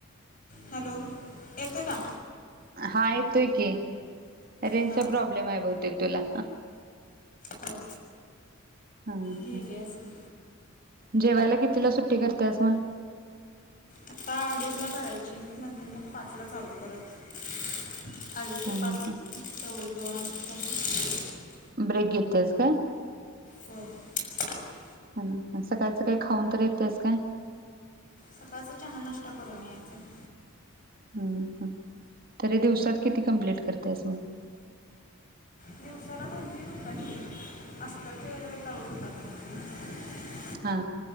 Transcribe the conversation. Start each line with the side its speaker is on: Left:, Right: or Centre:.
Left: हॅलो येतोय का
Right: हा येतोय की रेंजचा
Left: हां
Right: प्रॉब्लेम आहे बहुतेक तुला
Left: हो
Right: हा
Left: गेली
Right: हा
Left: असेल
Right: जेवायला कितीला सु '--' <unintelligible> करतेस मग
Left: आता <inaudible> अडीच ला करायची नंतर मग पाच ला चालू करत <inaudible> अडीच ते
Right: हा
Left: पाच
Right: हा
Left: एवढी <inaudible> दोनं अडीच वाजतय <inaudible> <unintelligible>
Right: ब्रेक घेतेस काय
Left: होय <inaudible>
Right: ह -ह सकाळच काही खाऊन तर येतेस काय
Left: सकाळच चहा नष्ट करून यायचं <inaudible>
Right: ह ह तरी दिवसात किती कम्प्लीट कर्त्यास मग
Left: दिवसाला दोन-तीन होतात <inaudible> घरचे वगैरे <inaudible> ब्लाउज शिवायला तो <unintelligible>
Right: हा